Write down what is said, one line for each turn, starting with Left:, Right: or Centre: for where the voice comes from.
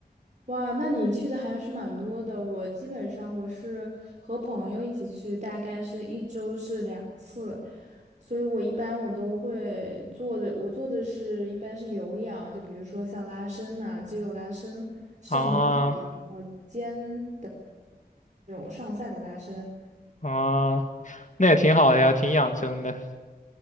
Right: 哇，那你去的还是蛮多的。我基本上我是和朋友一起去，大概是一周是两次，所以我一般我都会做的，我做的是一般是有氧，就比如说像拉伸呐、肌肉拉伸、上臂、
Left: 啊
Right: 肩上下的拉伸。
Left: 啊，那也挺好的呀，挺养生的。